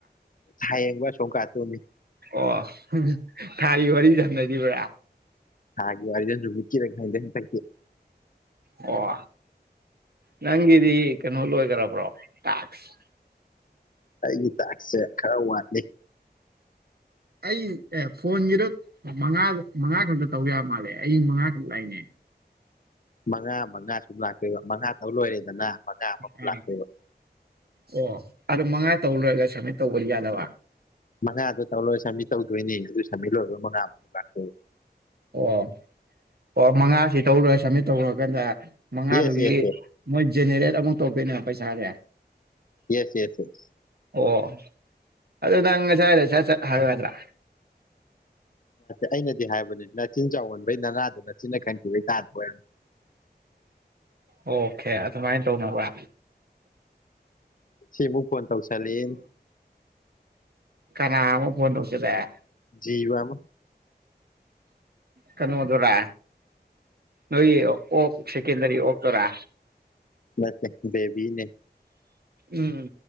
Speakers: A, on the left; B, on the right.
A: <unintelligible> <unintelligible>
B: ꯑꯣ ꯊꯥꯒꯤ ꯋꯥꯔꯤ ꯁꯅꯔꯤꯕ꯭ꯔꯥ
A: ꯊꯥꯒꯤ ꯋꯥꯔꯤꯔ ꯅꯨꯃꯤꯠꯀꯤꯔ ꯈꯪꯗꯦ ꯍꯟꯗꯛꯇꯤ
B: ꯑꯣ ꯅꯪꯒꯤꯗꯤ ꯀꯩꯅꯣ ꯂꯣꯏꯒꯦꯕ꯭ꯔꯣ ꯇꯛꯂ
A: ꯑꯩꯒꯤ ꯇꯥꯛꯁꯦ ꯈꯔ ꯋꯥꯠꯂꯤ
B: ꯑꯩ ꯑꯦ ꯐꯣꯟꯒꯤꯗ ꯃꯉꯥ ꯃꯉꯥ ꯈꯛꯇ ꯇꯧ ꯌꯥꯕ ꯃꯥꯜꯂꯦ ꯑꯩ ꯃꯉꯥ ꯈꯛ ꯂꯥꯛꯑꯦꯅꯦ
A: ꯃꯉꯥ ꯃꯉꯥ ꯁꯨꯝ ꯂꯥꯛꯇꯣꯏꯕ ꯃꯉꯥ ꯇꯧ ꯂꯣꯏꯔꯦꯗꯅ ꯃꯉꯥ ꯃꯨꯛ
B: ꯑꯥ
A: ꯂꯥꯛꯇꯣꯏꯕ
B: ꯑꯣ ꯑꯗꯨ ꯃꯉꯥ ꯇꯧ ꯂꯣꯏꯔꯒ ꯁꯝꯃꯤꯠ ꯇꯧꯕ ꯌꯥꯗꯕ
A: ꯃꯉꯥꯗꯣ ꯇꯧ ꯂꯣꯏꯔꯒ ꯁꯃꯤꯠ ꯇꯧꯗꯣꯏꯅꯦ ꯑꯗꯨ ꯁꯃꯤꯠ ꯂꯣꯏꯔꯒ ꯃꯉꯥ ꯑꯃꯨꯛ ꯂꯥꯛꯇꯣꯏꯕ
B: ꯑꯣ ꯑꯣ ꯃꯉꯥꯁꯤ ꯇꯧꯂꯣꯏꯔ ꯁꯝꯃꯤꯠ ꯇꯧꯂꯣꯏꯔꯀꯥꯟꯗ ꯃꯉꯥꯗꯨꯒꯤ
A: ꯌꯦꯁ ꯌꯦꯁ
B: ꯃꯣꯏꯖꯅꯦꯔꯦꯇ ꯑꯃꯨꯛ ꯇꯣꯛꯇꯣꯏꯅꯦ ꯄꯩꯁꯥꯁꯦ
A: ꯌꯦꯁ ꯌꯦꯁ ꯌꯦꯁ
B: ꯑꯣ ꯑꯗꯨ ꯅꯪ ꯉꯁꯥꯏꯗ ꯁꯠ ꯁꯠ ꯍꯥꯏꯕꯌꯗ꯭ꯔꯥ
A: ꯑꯩꯅꯗꯤ ꯍꯥꯏꯕꯅꯤ ꯅꯆꯤꯟ ꯆꯥꯎꯃꯟꯕꯩ ꯅꯅꯥꯗꯨ ꯅꯆꯤꯟꯅ ꯈꯟꯈꯤꯕꯩ ꯇꯥꯗꯕ ꯑꯣꯏꯕ
B: ꯑꯣꯀꯦ ꯑꯗꯨꯃꯥꯏꯅ ꯇꯧꯅꯕ꯭ꯔ
A: ꯁꯤꯕꯨ ꯐꯣꯟ ꯇꯧꯁꯟꯂꯦꯅꯦ
B: ꯐꯣꯅ ꯇꯧꯁꯤꯟꯂꯦ
A: ꯖꯤꯕ ꯑꯃ
B: ꯀꯅꯣꯗꯨꯔꯥ ꯅꯣꯏ ꯑꯣꯛ ꯁꯦꯀꯦꯟꯗꯔꯤ ꯑꯣꯛ ꯇꯨꯔꯥ
A: ꯅꯠꯇꯦ ꯕꯦꯕꯤꯅꯦ
B: ꯎꯝ